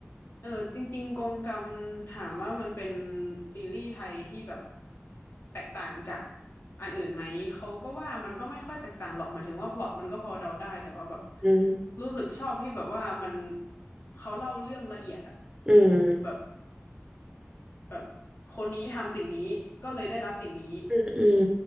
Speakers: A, on the left; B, on the right.
A: เออจริงๆกงกรรมถามว่ามันเป็นซีรีส์ไทยที่แบบแตกต่างจากอันอื่นไหมเขาก็ว่ามันก็ไม่ค่อยแตกต่างหรอกหมายถึงว่าพล็อตมันก็พอเดาได้แต่ว่าแบบ
B: อืม
A: รู้สึกชอบที่แบบว่ามันเขาเล่าเรื่องละเอียดอะ
B: อืม
A: แบบแบบคนนี้ทำสิ่งนี้ก็เลยได้รับสิ่งนี้
B: อืมอืม